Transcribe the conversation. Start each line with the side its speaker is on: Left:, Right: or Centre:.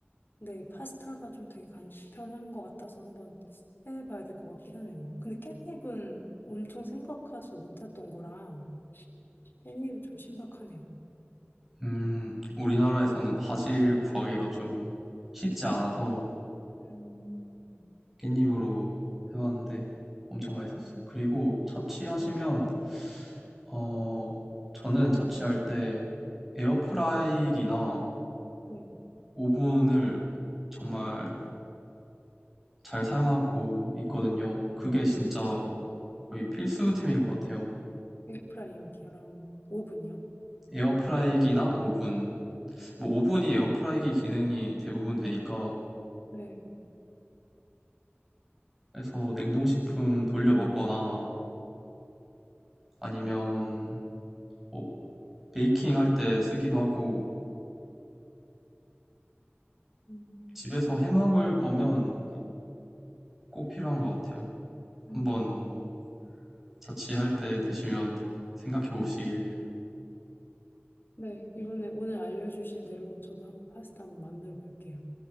Left: 근데 파스타가 좀 되게 간편한 것 같아서 한번 해봐야 될 것 같긴 하네요. 근데 깻잎은 엄청 생각하지도 못했던 거라 깻잎이 좀 신박하네요.
Centre: 음, 우리나라에서는 바질 구하기가 좀 쉽지 않아서
Left: 음,
Centre: 깻잎으로 해봤는데 엄청 맛있었어요.
Left: 음,
Centre: 그리고 자취하시면
Left: 네.
Centre: 어, 저는 자취할 때 에어프라이기나
Left: 네.
Centre: 오븐을 정말 잘 사용하고 있거든요. 그게 진짜
Left: 음,
Centre: 거의 필수템인 것 같아요.
Left: 에어프라이어기랑 오븐이요.
Centre: 에어프라이기나 오븐.
Left: 음,
Centre: 뭐 오븐이 에어프라이기 기능이 대부분 되니까
Left: 네,
Centre: 그래서 냉동식품
Left: 그럼
Centre: 돌려 먹거나 아니면 뭐 베이킹 할 때 쓰기도 하고
Left: 음.
Centre: 집에서 해 먹을 거면 꼭 필요한 것 같아요. 한번
Left: 음,
Centre: 뭐 자취할 때 되시면 생각해 보시길.
Left: 네 이번에 오늘 알려주신 대로 저도 한번 파스타 한번 만들어 볼게요.